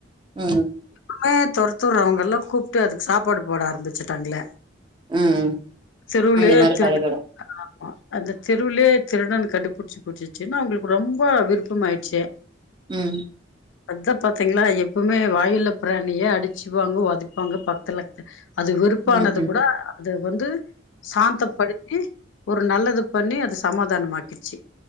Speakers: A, on the right; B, on the left.
A: ம்
B: <unintelligible> தொர்த்துர்றவங்க எல்லா கூப்ட்டு அதுக்கு சாப்பாடு போட ஆரம்பிச்சுட்டாங்களே
A: ம்
B: தெருவுலயே
A: அந்த மாரி
B: திருடன்
A: பழகிடு
B: அந்த தெருவுலே திருடன கண்டுபிடிச்சு குடுச்சினு அவுங்களுக்கு ரொம்ப விருப்பமாயிருச்சு
A: ம்
B: அதா பாத்திங்களா எப்பவுமே வாயுள்ள பிராணிய அடி ச்சுப்பாங்க உதைப்பாங்க பக்கத்துல அது வெறுப்பானது
A: ம் ம்
B: குட அத வந்து சாந்த படி ஒரு நல்லது பண்ணி அது சமாதானம் ஆக்கிருச்சு